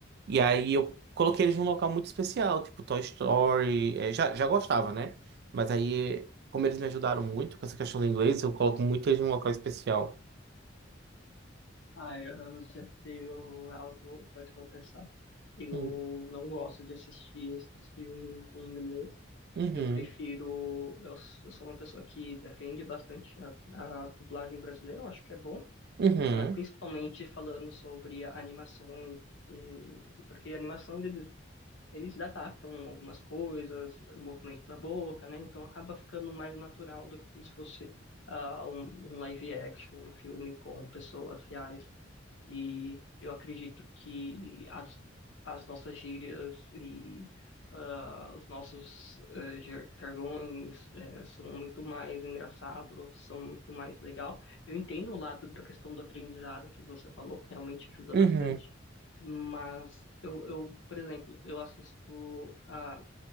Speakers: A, on the right (about 55°); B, on the left (about 65°).
A: E aí eu coloquei eles num local muito especial, tipo Toy Story, é, já, já gostava, né? Mas aí como eles me ajudaram muito com essa questão do inglês, eu coloco muito eles num local especial.
B: Ah, eu já tenho algo para te confessar. Eu
A: Hum.
B: não gosto de assistir esses filmes em inglês.
A: Uhum.
B: Eu prefiro. Eu, s- eu sou uma pessoa que defende bastante a, a dublagem brasileira, eu acho que é bom.
A: Uhum.
B: pra- principalmente falando sobre animações, e- porque animações eles, eles adaptam algumas coisas, o movimento da boca, né? Então acaba ficando mais natural do que se fosse ah, um, um live action, um filme com pessoas reais. E eu acredito que as, as nossas gírias e ah, os nossos eh, jar- jargões eh, são muito mais engraçados, são muito mais legal. Eu entendo o lado da questão do aprendizado que você falou, realmente ajuda
A: Uhum.
B: bastante. Mas eu, eu, por exemplo, eu assisto a,